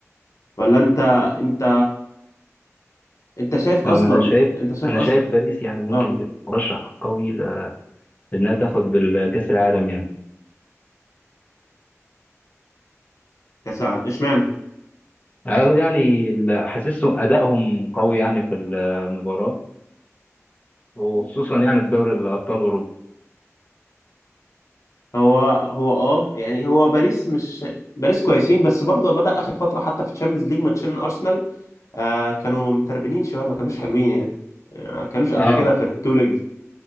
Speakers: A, on the left (about 75°); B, on the left (about 30°).
A: ولا أنت أنت أنت شايف
B: انا
A: أصلا
B: شايف
A: أنت شايف
B: انا
A: أصلا
B: شايف باريس يعني ممكن
A: أه
B: تبقى مرشح قوي ل- لانها تاخد الكاس العالم يعني
A: كأس العالم اشمعنى
B: أنا يعني ال- حاسسه ادائهم قوي يعني في المباراه وخصوصا يعني في دوري الابطال اوروبا
A: هو هو اه يعني هو باريس مش باريس كويسين بس برضه بدأ اخر فتره حتى في تشامبيونز ليج ماتشين ارسنال آه كانوا متربنين شويه ما كانوش حلوين يعني آه، ما كانوش قد
B: اه
A: كده في التو ليجز